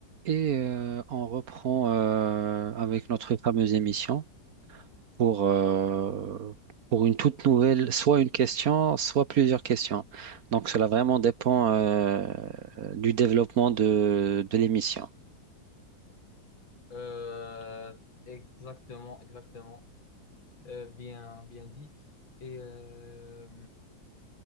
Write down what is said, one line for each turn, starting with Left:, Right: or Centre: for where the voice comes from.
Right: Et euh, on reprend euh, avec notre fameuse émission pour, euh, pour une toute nouvelle, soit une question, soit plusieurs questions. Donc cela vraiment dépend euh, du développement de, de l'émission.
Left: Euh, exactement, exactement. Euh, bien, bien dit. Et euh,